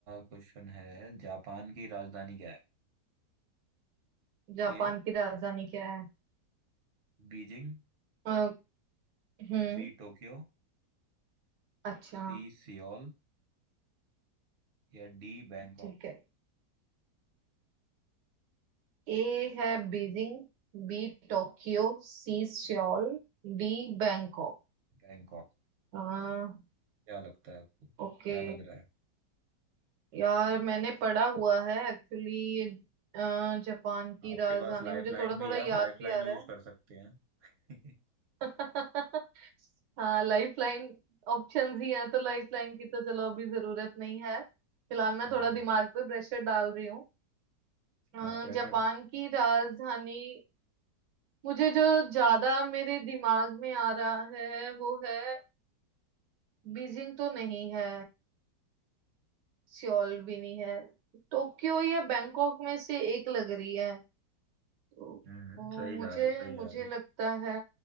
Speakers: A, on the right (about 50°); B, on the right (about 80°).
A: क्वेश्चन है जापान की राजधानी क्या है
B: जापान
A: A
B: की राजधानी क्या
A: Beijing
B: है हम्म
A: B Tokyo
B: अच्छा
A: C Seoul या डी बैंकॉक
B: ठीक है ए है Beijing B Tokyo C Seoul D Bangkok
A: बैंकॉक
B: आ,
A: क्या लगता है आपको
B: ओके
A: क्या लग रहा है
B: यार मैंने पढ़ा हुआ है एक्चुअली ये अ, जापान की
A: आपके
B: राजधानी
A: पास लाइफलाइन
B: मुझे थोड़ा
A: भी
B: थोड़ा
A: है
B: याद
A: आप लाइफलाइन
B: भी आ
A: यूज
B: रहा है
A: कर सकते हैं <laughs>
B: <laughs> हाँ लाइफ लाइन ऑप्शन ही हैं तो लाइफ लाइन की तो चलो अभी जरूरत नहीं है फिलहाल मैं
A: हाँ
B: थोड़ा दिमाग पे प्रेशर डाल रही हूँ अ,
A: हाँ प्रेशर
B: जापान की राजधानी मुझे जो ज्यादा मेरे दिमाग में आ रहा है वो है बीजिंग तो नहीं है सियोल भी नहीं है टोक्यो या बैंकॉक में से एक लग रही है तो
A: हम्म
B: अ,
A: सही
B: मुझे
A: जा रहे हो सही
B: मुझे
A: जा रहे हो
B: लगता है